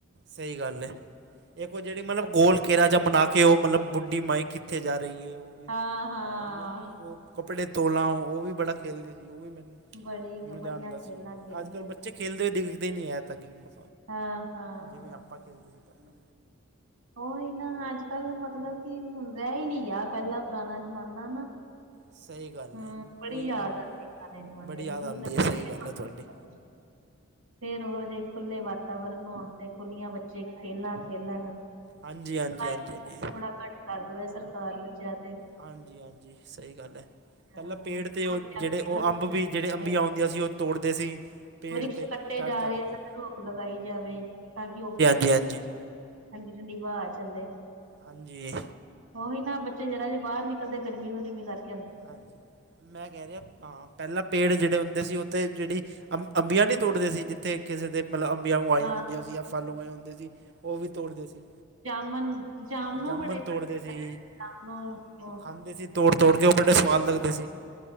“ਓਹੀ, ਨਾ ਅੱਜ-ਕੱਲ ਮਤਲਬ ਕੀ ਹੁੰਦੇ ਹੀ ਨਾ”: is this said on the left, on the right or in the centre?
Right